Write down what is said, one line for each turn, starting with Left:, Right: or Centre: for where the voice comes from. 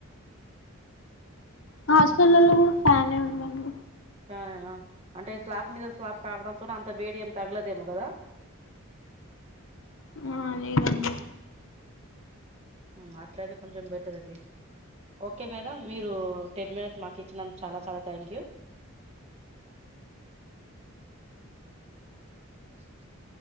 Left: మా హాస్టలలో కూడా ఫ్యానే ఉందండి
Right: ఫ్యానేనా అంటే స్లాబ్ మీద స్లాబ్ కాగడంతోనే అంత వేడి ఏమి తగలదేమో కదా
Left: ఆ లేదండి
Right: హు అట్లయితే కొంచెం బెటర్ అది ఓకే మేడం మీరు టెన్ మినిట్స్ మాకు ఇచ్చినంత చాలా చాలా థ్యాంక్ యూ మెర్సీ కమ్